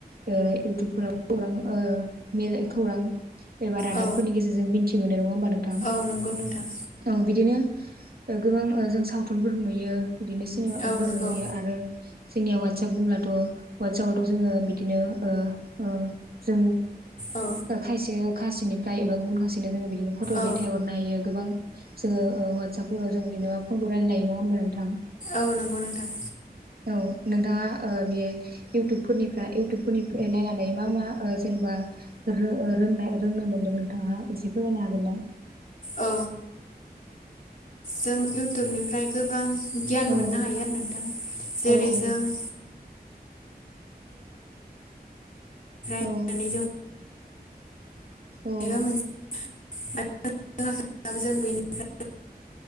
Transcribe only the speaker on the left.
औ
औ नंगौ नोंथां
औ नंगौ
औ
औ
औ नंगौ नोंथां।
औ जों इउटुबनिफ्राय गोबां गियान
मोननो हायो आरो नोंथां जेरै
जों <unintelligible> नायनानै
<unintelligible>